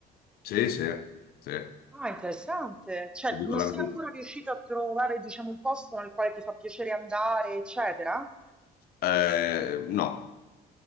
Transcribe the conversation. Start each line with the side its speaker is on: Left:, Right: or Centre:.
Left: Sì, sì, sì,
Centre: Ah, interessante. Cioè,
Left: ti dico
Centre: non
Left: la
Centre: sei
Left: verità.
Centre: ancora riuscito a trovare, diciamo, un posto nel quale ti fa piacere andare, eccetera?
Left: Eh, no,